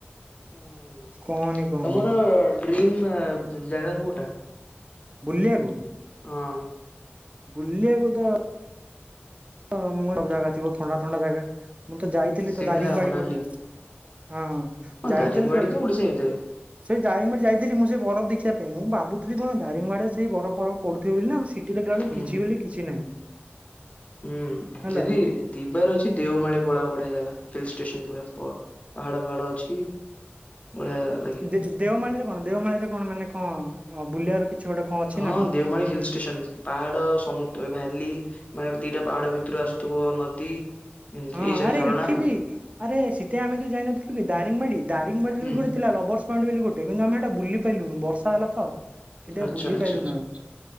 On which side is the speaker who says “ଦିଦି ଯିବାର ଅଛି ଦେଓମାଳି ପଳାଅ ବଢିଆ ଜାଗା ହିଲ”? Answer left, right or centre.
Left